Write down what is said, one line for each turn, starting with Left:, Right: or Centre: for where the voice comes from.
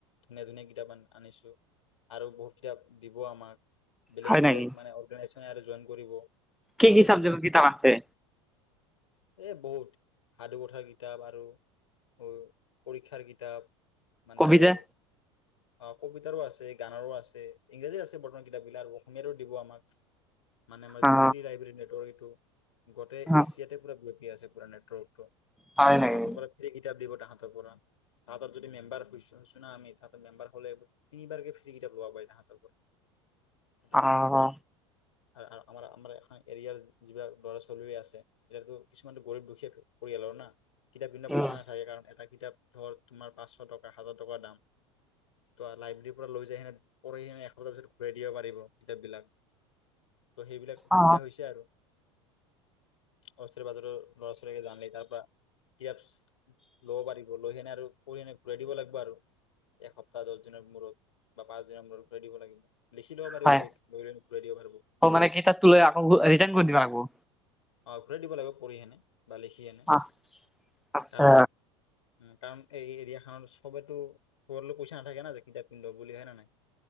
Left: ধুনীয়া ধুনীয়া কিতাপ আনিছো আৰু বহুত কিতাপ দিব আমাক <unintelligible> বেলেগ
Centre: হয়
Left: বেলেগ
Centre: নেকি
Left: মানে অৰগনাইজ জইন কৰিব সাধু
Centre: কি কি
Left: চাপৰত
Centre: ছাবজেক্টৰ কিতাপ আছে
Left: এ বহুত সাধু কথাৰ কি কিতাপ আৰু পৰীক্ষাৰ কিতাপ মানে
Centre: কবিতা
Left: আৰু অ কবিতাৰো আছে গানৰো আছে ইংৰাজী আছে বৰ্তমান কিতাপবিলাক আৰু অসমীয়াৰো দিব আমাক <unintelligible> মানে আমাৰ যিটো
Centre: অ
Left: ফ্ৰী লাইব্ৰৰী নেটৱৰ্ক এইটো গোটেই
Centre: অ
Left: এছিয়াতে পুৰা <unintelligible> কি আছে পোৰা নেট্ৰ সূত্ৰ
Centre: হয় নেকি?
Left: তাহাঁত সকলে ফ্ৰী কিতাপ দিব তাহ পৰা তাহঁতৰ যদি মেম্বাৰছ হৈছো না আমি মেম্বাৰ হলে তিনিবাৰকে ফ্ৰি কিতাপ লব পাৰি তাহাঁতৰ পৰা সিহঁতৰ
Centre: অ
Left: পৰা আমাৰ আমাৰ এখন এৰিয়াৰ যিবিলাক ল'ৰা ছোৱালী আছে এতিয়াতো কিছুমানটো গৰীব দুখীয়া পৰিয়ালৰ না কিতাপ কিনিব
Centre: উম
Left: পইচা নাথাকে কাৰণ এটা কিতাপ ধৰ তোমাৰ পাঁচশ টকা হাজাৰ টকা দাম ত লাইব্ৰেৰীৰ পৰা লৈ যাই সেনে পঢ়ি পিছত ঘূৰাই দিব পাৰিব কিতাপবিলাক ত' সেইবিলাক সুবিধা
Centre: অ
Left: হৈছে আৰু ওচৰ পাজৰৰ ল'ৰা ছোৱালীকে জানিলে তাৰ পৰা কিতাপ লব পাৰিব লৈহেনে আৰু পঢ়ি এনে ঘূৰাই দিব লাগিব আৰু দহ দিনৰ মূৰত বা পাঁচ দিনৰ মূৰত ঘুৰাই দিব লাগিব লিখি ল'ব পাৰিব
Centre: হয়
Left: বহুত লৈ লৈ ঘূৰাই দিব পাৰিব
Centre: মানে কিতাপ টো লৈ আকৌ ৰিতাৰ্ণ কৰি দিবা আকৌ
Left: অ ঘুৰাই দিব লাগিব পঢ়িহেনে পালেহিয়ে নে অ
Centre: আহ আচ্ছা
Left: উ কাৰণ এই এৰিয়া খত চবেটো পইচা নাথাকে না যে কিতাপ কিনিব বুলি হয় নে নাই